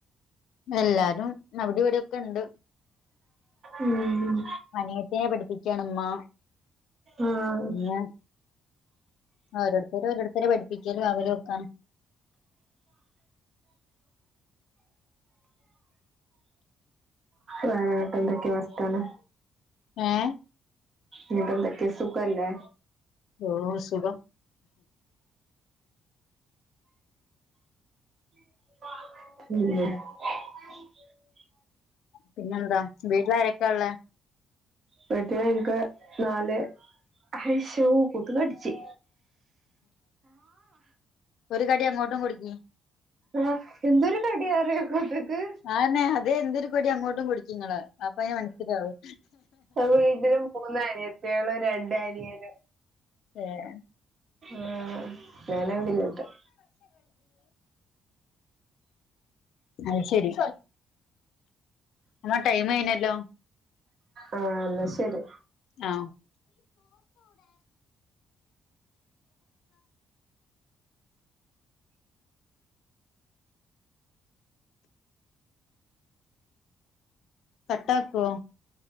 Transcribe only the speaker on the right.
ഉം
ആഹ്
വേറെയൊക്കെ എന്തൊക്ക്യാ വസ്ത്താനം
ന്ന്ട്ടെന്തെക്കെ സുഖല്ലേ?
<unintelligible>
വീട്ട്ല് ഇൻക്ക് ന്നാല് ഹൈശോ കൊതുകട്ച്ച്
ആഹ്‌ എന്തൊരു കടിയാറിയോ കൊത്ക്
വീട്ടില് മൂന്ന് അനിയത്ത്യള് രണ്ട് അ നിയെന്
ആഹ് ഞാനാ <unintelligible>
ആ എന്നാ ശരി